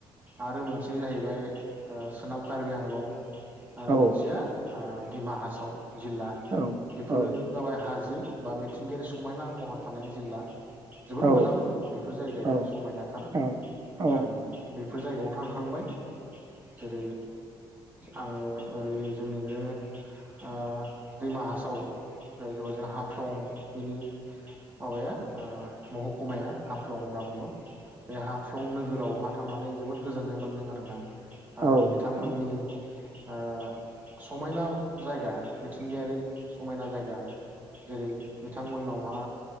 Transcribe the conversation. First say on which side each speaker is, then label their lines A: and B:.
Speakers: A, on the right; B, on the right.
A: आरो मोनसे जाहैबाय सोनाब कार्बि आंलं आरो
B: औ
A: मोनसेया ओ दिमाहासाव जिल्ला
B: औ
A: बेफोरो
B: औ
A: जाबाय हाजो बा मिथिंगायारि समायना महर थानाय जिल्ला जोबोद
B: औ
A: मोजां बेफोर जायगाया
B: औ
A: समायनाथार
B: औ औ
A: आं बे बेफोर जायगायाव थांखांबाय। जेरै आंङो ओरै जोंनिनो ओ दैमाहासाव जायबा जों हाफ सं बिनि माबाया ओ महकुमाया हाफ्लं होनना बुङो बे हाफ्लं नोगोरावहा थांनानै जोबोद गोजोननाय मोन्दों आरो ना।
B: औ
A: आरो बिथांमोननि ओ समायना जायगा मिथिंगायारि समायना जायगा जेरै बिथांमोनावहा